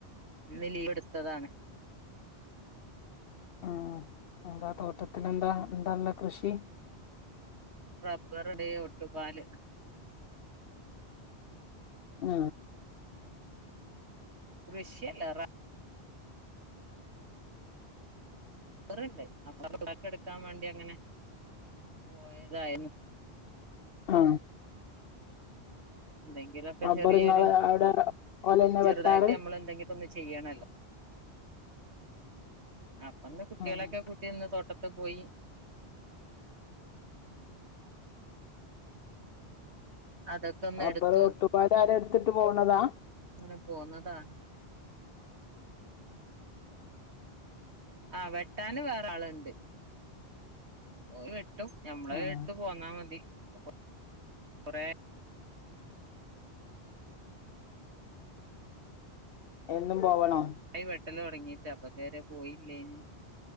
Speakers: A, on the right; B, on the left.
A: ഇന്ന് ലീവെടുത്തതാണ് <inaudible>
B: ആഹ് എന്താ തോട്ടത്തിലെന്താ എന്താ എന്തായുള്ള കൃഷി
A: റബ്ബറുടെ ഒട്ടുപാല്
B: ആ
A: കൃഷിയല്ല റമ്പ- റുണ്ട് അപ്പ പാൽ എടുക്കാൻ വേണ്ടി അങ്ങനെ പോയതായിരുന്നു
B: ആ
A: എന്തെങ്കിലൊക്കെ
B: റബ്ബറിങ്ങള്
A: ചെറിയൊരു
B: അവിടെ ഓലെന്നെ
A: ചെറുതായിട്ട്
B: വെട്ടാറ്
A: നമ്മൾ എന്തെങ്കിലും ഇപ്പൊന്ന് ചെയ്യണല്ലോ അപ്പ ഇന്ന് കുട്ടികളൊക്കെ
B: ആഹ്
A: കൂട്ടി ഇന്ന് തോട്ടത്ത് പോയി അതൊക്കെ ഒന്ന്
B: റബ്ബറ്
A: എടുത്തു
B: വെട്ടുമ്പാല് ആരേം എടുത്തിട്ട് പോണതാ
A: അങ്ങനെ പോന്നതാണ് <inaudible> ആ വെട്ടാന് വേറെ ആളുണ്ട് ഓരു വെട്ടി ട്ടും ഞമ്മള
B: ആഹ്
A: എടുത്ത് പോന്നാ മതി അപ്പ കൊറെ
B: എന്നും പോവണോ
A: ആ വെട്ടല തുടങ്ങിട്ട് അപ്പൊ നേരെ പോയില്ലേന്